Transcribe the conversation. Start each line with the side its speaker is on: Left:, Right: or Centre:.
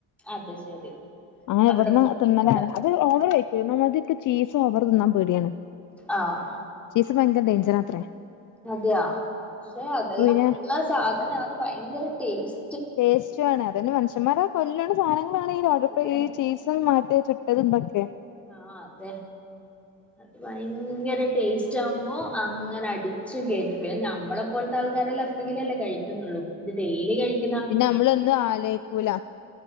Centre: അത് ശരി
Left: അങ്ങനെ
Centre: അവിടെ
Left: ഇവടന്ന്
Centre: പോയി
Left: തിന്നലാണ് അത് ഓവർ വെയ് പി ഒന്നാമതെക്ക് ചീസോവറ് തിന്നാൻ പേടിയാണ്
Centre: ആഹ്
Left: സ് ഭയങ്കര ഡെയ്ഞ്ചറാത്രേ
Centre: അതെയാ ക്ഷേ അതെല്ലാം
Left: പിന്നെ
Centre: ഗുണ സാധനാന്ന് ഭയങ്കര ടേസ്
Left: ടേസ്റ്റുവാണ് അതന്നെ മനുഷ്യന്മാര കൊല്ല്ണ സാനങ്ങളാണ് ഈ ലോഡഡ്
Centre: അതെ
Left: ഫ്രൈ ഈ ചീസും മറ്റേ ചുറ്റ് ട്ടതും ന്തൊക്കെ
Centre: ആഹ് അതെ അത് ഭയങ്കര ടേസ്റ്റാവുമ്പോ അങ്ങനെ അടിച്ചും കേറ്റും പിന്നെ ഞമ്മളെപ്പോലത്ത ത്താൾക്കാരെല്ല എപ്പെങ്കിലല്ലെ കഴിക്കുന്നുള്ളൂ ഇത് ഡെയിലി കഴിക്
Left: പിന്നെ നമ്മളൊന്നു ആലോയിക്കൂല